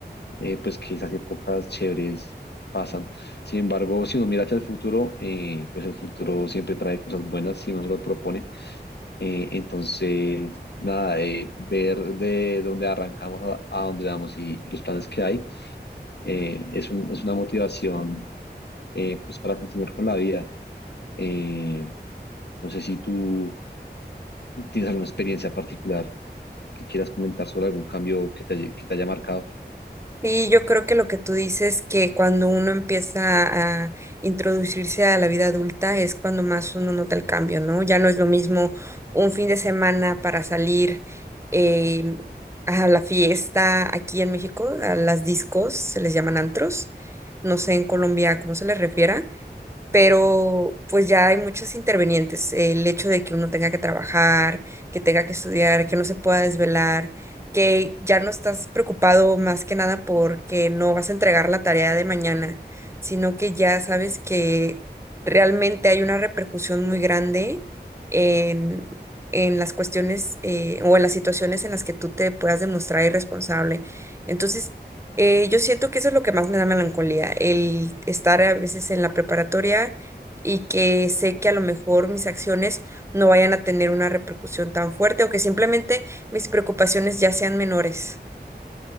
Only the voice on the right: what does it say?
Y yo creo que lo que tú dices, que cuando uno empieza a introducirse a la vida adulta es cuando más uno nota el cambio, ¿no? Ya no es lo mismo un fin de semana para salir eh, a la fiesta aquí en México, a las discos, se les llaman antros, no sé en Colombia cómo se les refiera pero pues ya hay muchos intervenientes. El hecho de que uno tenga que trabajar, que tenga que estudiar, que no se pueda desvelar, que ya no estás preocupado más que nada porque no vas a entregar la tarea de mañana, sino que ya sabes que realmente hay una repercusión muy grande en... en las cuestiones eh, o en las situaciones en las que tú te puedas demostrar irresponsable. Entonces, eh, yo siento que eso es lo que más me da melancolía, el estar a veces en la preparatoria y que sé que a lo mejor mis acciones no vayan a tener una repercusión tan fuerte o que simplemente mis preocupaciones ya sean menores.